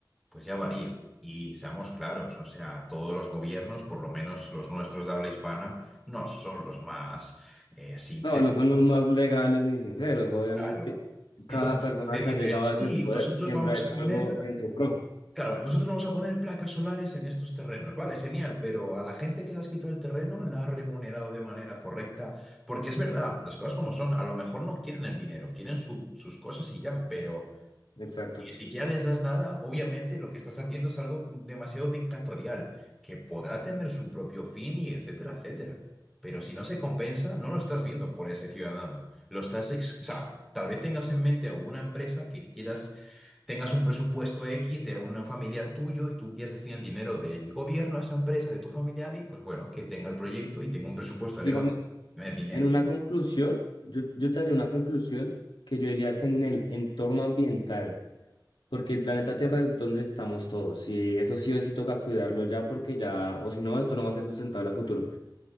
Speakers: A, in the centre; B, on the left.
A: Pues ya varía. Y seamos claros, o sea, todos los gobiernos, por lo menos los nuestros de habla hispana, no son los más eh, sinceros.
B: No, no son los más legales ni sinceros. Obviamente,
A: Claro.
B: cada
A: Entonces,
B: persona
A: te
B: que
A: dicen,
B: ha llegado
A: sí,
B: a ese poder
A: nosotros
B: siempre
A: vamos
B: ha hecho
A: a poner,
B: algo en su pro.
A: claro, nosotros vamos a poner placas solares en estos terrenos. Vale, genial, pero a la gente que le has quitado el terreno la ha remunerado de manera correcta. Porque es verdad, las cosas como son, a lo mejor no quieren el dinero, quieren su- sus cosas y ya, pero...
B: Exacto.
A: ni siquiera les das nada, obviamente lo que estás haciendo es algo demasiado dictatorial, que podrá tener su propio fin y etcétera, etcétera. Pero si no se compensa, no lo estás viendo por ese ciudadano. Lo estás, ex- o sea, tal vez tengas en mente alguna empresa que quieras, tengas un presupuesto X de un familiar tuyo y tú quieras destinar el dinero del gobierno a esa empresa, de tu familiar, y pues bueno, que tenga el proyecto y tenga un presupuesto
B: Digamos,
A: elevado, no es dinero.
B: en una conclusión, yo, yo te haría una conclusión que yo diría que en el entorno ambiental, porque el planeta Tierra es donde estamos todos, y eso sí o sí toca cuidarlo ya, porque ya, o si no, esto no va a ser sustentable a futuro.